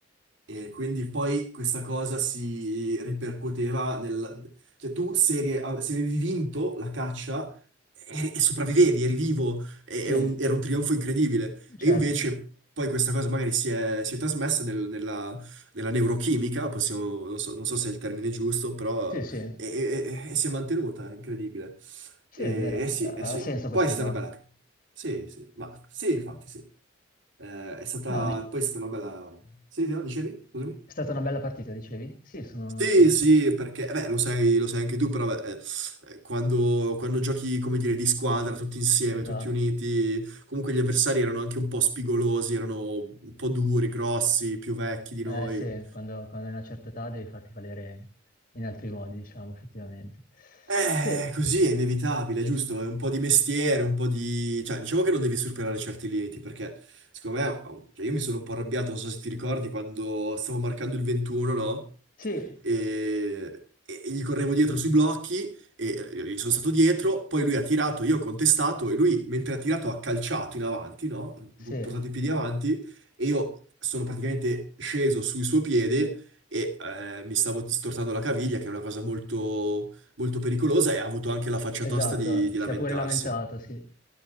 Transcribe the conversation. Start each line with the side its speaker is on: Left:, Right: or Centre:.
Right: E quindi poi questa cosa si ripercuoteva nel... Cioè tu se, eri- av- se avevi vinto la caccia e, e sopravvivevi, eri vivo, e-
Left: sì,
Right: e un- era un trionfo incredibile.
Left: certo,
Right: E invece poi questa cosa magari si è, si è trasmessa nel- nella, nella neurochimica, possiamo- non so, non so se è il termine giusto, però
Left: sì, sì.
Right: e, e- e si è mantenuta, è incredibile.
Left: Sì,
Right: E,
Left: è vero,
Right: eh sì,
Left: ha
Right: eh sì.
Left: senso questa
Right: Poi è stata
Left: cosa.
Right: una bella... Sì, sì, ma sì, infatti sì. Eh, è stata...
Left: No, dic-
Right: Poi è stata una bella... Sì, no, dicevi? Scusami.
Left: è stata una bella partita, dicevi? Sì, sono,
Right: Sì,
Left: sono
Right: sì,
Left: d'accordo.
Right: perché eh beh, lo sai, lo sai anche tu, però beh, eh, eh, quando, quando giochi, come dire, di squadra, tutti insieme,
Left: Esatto.
Right: tutti uniti, comunque gli avversari erano anche un po' spigolosi, erano un po' duri, grossi, più vecchi di
Left: Eh
Right: noi.
Left: sì, quando, quando hai una certa età devi farti valere in altri modi, diciamo, effettivamente.
Right: Eh,
Left: Sì,
Right: così è inevitabile, giusto? È un po' di mestiere, un po' di... Cioè, diciamo che non devi superare certi limiti, perché secondo me... oh, cioè, io mi sono un po' arrabbiato, non so se ti ricordi, quando stavo marcando il 21, no?
Left: sì,
Right: E, e gli correvo dietro sui blocchi, e io gli sono stato dietro, poi lui ha tirato, io ho contestato, e lui, mentre ha tirato, ha calciato in avanti, no? Ha
Left: sì.
Right: bu- portato i piedi avanti, e io sono praticamente sceso sul suo piede e eh, mi stavo stortando la caviglia, che è una cosa molto molto pericolosa e ha avuto anche la faccia
Left: Esatto,
Right: tosta di, di
Left: si
Right: lamentarsi.
Left: è pure lamentato, sì.